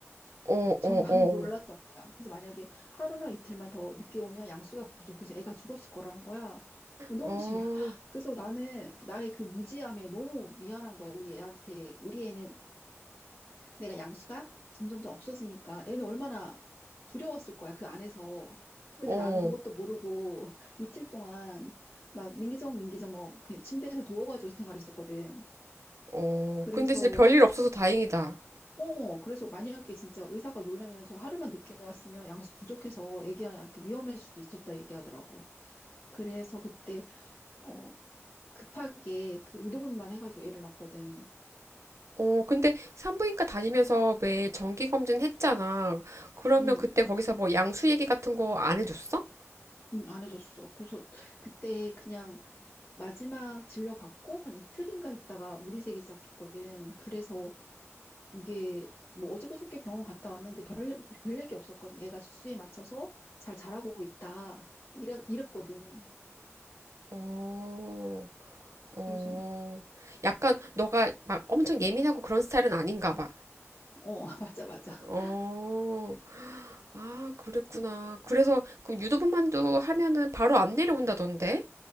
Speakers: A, on the right; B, on the left.
A: 어,
B: 전
A: 어,
B: 나는
A: 어,
B: <laughs> 몰랐던 거야. 그래서 만약에 하루나 이틀만 더 늦게 오면 양수가 부족해서 애가 죽었을 거라는 거야. 너무
A: 어,
B: 신기해. 그래서 나는 나의 그 무지함에 너무 미안한 거야. 우리 애한테. 우리 애는 내가 양수가 점점점 없어지니까 애는 얼마나 두려웠을 거야, 그 안에서. 근데
A: 어,
B: 나는 그것도 모르고 <laughs> 이틀 동안 막 민기적 민기적 뭐 그냥 침대에서 누워가지고 생활했었거든.
A: 어.
B: 그래서
A: 근데 진짜 별일 없어서 다행이다.
B: 어 그래서 만약에 진짜 의사가 놀라면서 하루만 늦게 왔으면 양수 부족해서 애기한테 위험할 수도 있었다 얘기하더라고. 그래서 그때 어 급하게 그 유도분만 해가지고 애를 낳았거든.
A: 어, 근데 산부인과 다니면서 왜 정기 검진 했잖아. 그러면
B: 응,
A: 그때 거기서 뭐 양수 얘기 같은 거 안 해줬어?
B: 응, 안 해줬어. 그래서 그때 그냥 마지막 진료받고 한 이틀인가 있다가 물이 새기 시작했거든. 그래서 이게 뭐 어저그저께 병원 갔다 왔는데 별, 별 얘기 없었거든. 애가 주수에 맞춰서 잘 자라고 있다. 이래, 이랬거든.
A: 어.
B: 그래서,
A: 어, 약간 너가 막 엄청 예민하고 그런 스타일은 아닌가 봐.
B: 어, <laughs> 맞아, 맞아.
A: 어, 아, 그랬구나. 그래서 그 유도분만두 하면은 바로 안 내려온다던데?